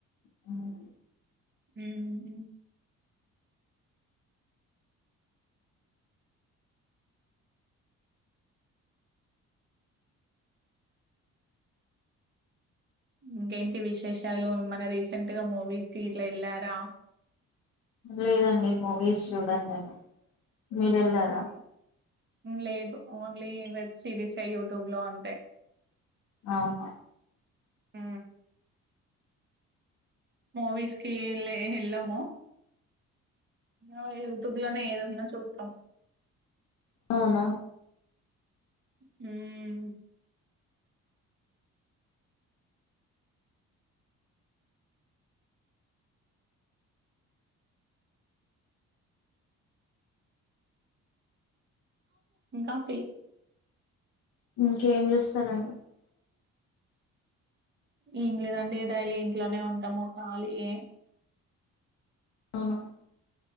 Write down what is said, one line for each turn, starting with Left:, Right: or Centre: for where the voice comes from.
Left: ఉమ్
Right: ఊ మ్ ఇంకేంటి విశేషాలు మన రీసెంట్ గా మూవీస్ కి ఇట్ల వెళ్ళారా
Left: లేదండి మూవీస్ చూడన్ నేను మీరు వెళ్ళారా
Right: అవు లేదు ఓన్లీ వెబ్ సిరీస్ యూట్యూబ్ లో అంతే
Left: ఆహ
Right: ఉ మూవీస్కి వెలె ఎళ్ళమో ఆ యూట్యూబ్ లోనే ఏదన్నా చూస్తాం
Left: అవున
Right: హు కాఫి
Left: ఇంకేం చూస్తరండి
Right: ఏం లేదండి డైలీ ఇంట్లోనే ఉంటాము ఖాళీ యె
Left: అవున